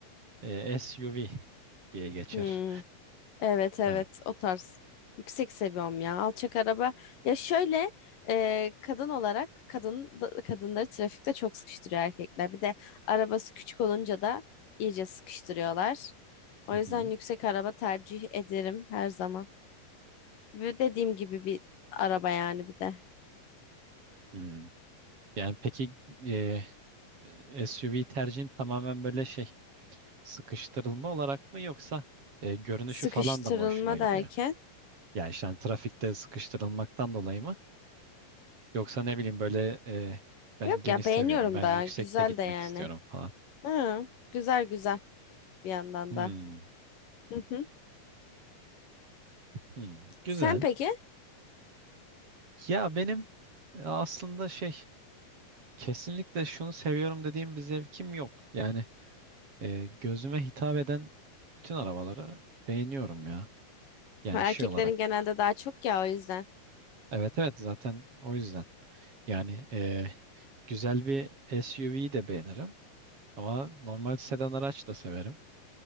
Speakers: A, on the right (about 40°); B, on the left (about 70°).
A: e, SUV diye geçer.
B: Hmm. Evet evet
A: Evet.
B: o tarz. Yüksek seviyorum ya. Alçak araba. Ya şöyle e, kadın olarak kadın da- kadınları trafikte çok sıkıştırıyor erkekler. Bir de arabası küçük olunca da iyice sıkıştırıyorlar. O
A: Hı
B: yüzden
A: hı.
B: yüksek araba tercih ederim her zaman. Ve dediğim gibi bir araba yani bir de.
A: Hmm. Yani peki e, E, SUV tercihin tamamen böyle şey sıkıştırılma olarak mı yoksa e, görünüşü
B: Sıkıştırılma
A: falan da mı hoşuna gidiyor?
B: derken.
A: Yani işte hani trafikte sıkıştırılmaktan dolayı mı? Yoksa ne bileyim böyle e, ben
B: Yok
A: geniş
B: ya
A: seviyorum.
B: beğeniyorum
A: Ben yüksekte
B: da güzel
A: gitmek
B: de yani.
A: istiyorum falan.
B: Hı, güzel güzel bir yandan
A: Hmm,
B: da. Hı hı.
A: hmm, güzel.
B: Sen peki?
A: Ya benim e, aslında şey kesinlikle şunu seviyorum dediğim bir zevkim yok. Yani e, gözüme hitap eden bütün arabaları beğeniyorum ya. Yani
B: Erkeklerin
A: şey olarak.
B: genelde daha çok ya o yüzden.
A: Evet evet zaten o yüzden. Yani e, güzel bir SUV'yi de beğenirim. Ama normal sedan araç da severim.